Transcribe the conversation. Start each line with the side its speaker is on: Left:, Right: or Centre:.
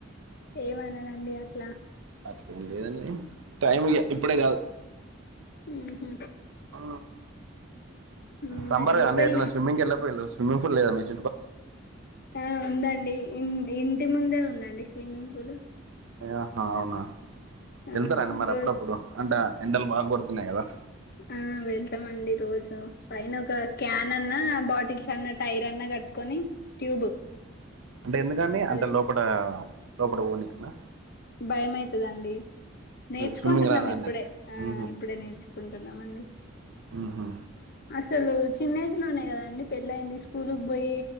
Left: ఏమనునండి అట్లా
Right: అట్లే ఏం లేదండి టైం ఇగ ఇప్పుడే కాదు
Left: హ్మ్ హు
Right: అ
Left: హ్మ్
Right: సమ్మర్
Left: మరి
Right: గా అండి
Left: పెళ్ళి
Right: ఏదైన్నా స్విమ్మింగ్కి వెళ్ళపు వేళ్ళు స్విమ్మింగ్ ఫుల్ లేదా మీకి
Left: ఆ ఉందండి ఇంటి ముందే ఉందండి స్విమ్మింగ్ ఫులు
Right: అహా అవునా
Left: ఆ
Right: వెళ్తారా అండి మరి
Left: రోజ్
Right: అప్పుడప్పుడు అంటే ఎండలు బా కొడుతున్నాయి కదా
Left: ఆ వెళ్తామండి రోజు పైన ఒక క్యాన్ అన్నా బాటిల్స్ అన్నా టైర్ అన్నా కట్టుకొని ట్యూబ్
Right: అంటే ఎందుకండి
Left: అదే
Right: అంటే లోపట లోపల పోనికినా
Left: భయం అయితదండి నేర్చుకుంటున్నాం
Right: స్విమ్మింగ్ రాదా
Left: ఇప్పుడే
Right: అండి
Left: ఆ
Right: ఊహు
Left: ఇప్పుడే నేర్చుకుంటున్నాము అండి
Right: హ్మ్ హు
Left: అసలు చిన్న ఏజ్ లోనే కదాండి పెళ్లి అయింది స్కూల్ కు పోయి